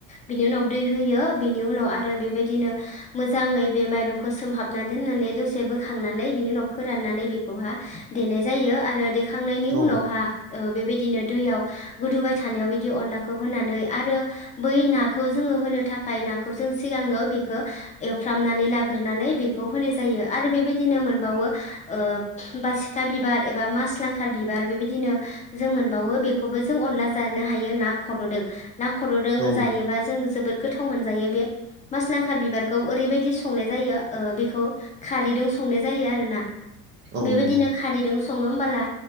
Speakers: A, on the left; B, on the right.
A: बिनि उनाव दै होयो बिनि उनाव आरो बेबायदिनो मोजाङै बे माइरंखो सोमहाबना दों दोननानै दसे बोखांनानै बिनि उनाव फोराननानै बेखौहा देनाय जायो आरो देखांनायनि उनावहा
B: औ
A: ओ बेबायदिनो दैयाव गोदौबाय थानायाव बिदि अखौ होनानै आरो बै ना जोड़ो थाखाय नाखौ जों सिगांओ बेखौ एवफ्रामनानै लाग्रोनानै बे खौ होनाय जायो आरो बेबायदिनो मोनबावो ओबासिखा बिबार एबा मास लांखार बिबार बेबायदिनो जों मोनबावो बेखौबो जों अनला जानो हायो ना खर'दो ना ख'दों
B: औ
A: जायोबा जों जोबोर गोथाव मोनजायो बे मासलांखार बिबारखौ औरबायदि संनाय जायो ओ बेखौ दों संनाय जायो आरो ना
B: औ
A: बेबायदिनो
B: नंगौ
A: खारैदों सङो होमबाला